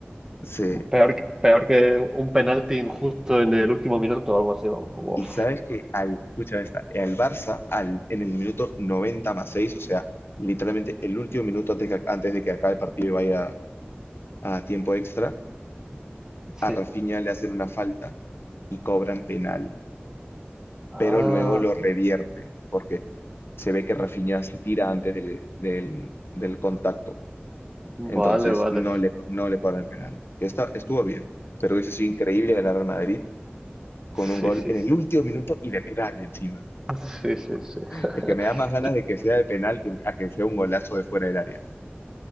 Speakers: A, on the left (about 70°); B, on the right (about 15°).
A: Sí.
B: Peor, que- peor que un penalti injusto en el último minuto o algo así, vamos. Uf,
A: Y sabes que al, escucha esta, al Barça al, en el minuto noventa más seis o sea, literalmente el último minuto antes, que- antes de que acabe el partido y vaya a tiempo extra, a
B: sí.
A: Rafinha le hacen una falta y cobran penal,
B: Ah,
A: pero luego lo revierten porque se ve que Rafinha se tira antes del, del del contacto.
B: vale,
A: Entonces
B: vale.
A: no le, no le cobran penal. Que estuvo bien, pero hubiese sido increíble ganar al Madrid con
B: Sí,
A: un gol
B: sí,
A: en
B: sí.
A: el último minuto y de penal encima.
B: Sí, sí, sí. <laughs>
A: Es que me da más ganas
B: Yo,
A: de que sea de penal que a que sea un golazo de fuera del área.